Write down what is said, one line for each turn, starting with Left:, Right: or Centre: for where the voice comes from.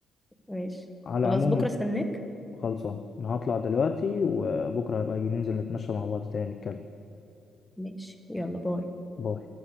Centre: ماشي
Left: على
Centre: خلاص
Left: العموم
Centre: بكرة استناك
Left: خلصان انا هطلع دلوقتي وبكره هبقى أجي ننزل نتمشى مع بعض تاني نتكلم
Centre: ماشي يلا باي
Left: باي